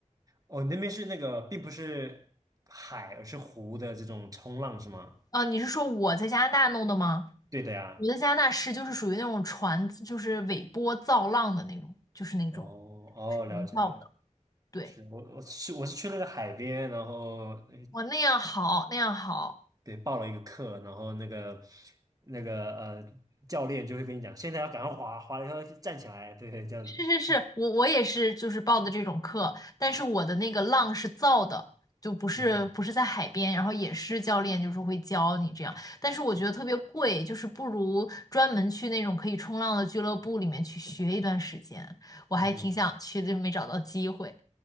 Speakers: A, on the right; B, on the left.
A: 哦，那边是那个并不是海，而是湖的这种冲浪是吗？
B: 啊，你是说我在加拿大弄的吗？
A: 对的呀。
B: 我在加拿大是就是属于那种船，就是尾波造浪的那种，就是那种
A: 哦哦，
B: 是人造的，
A: 了解了解。
B: 对。
A: 是我我是我是去那个海边，然后呃
B: 我那样好，那样好，
A: 对报了一个课，然后那个那个呃教练就会跟你讲，现在要赶快滑，滑了以后就站起来，对对，这样子。
B: 是是是，我我也是，就是报的这种课，但是我的那个浪是造的，就不是不是在海边，
A: 嗯哼
B: 然后也是教练就是会教你这样，但是我觉得特别贵，就是不如专门去那种可以冲浪的俱乐部里面去学一段时间，我还挺想去的，
A: 嗯哼，
B: 就没找到机会。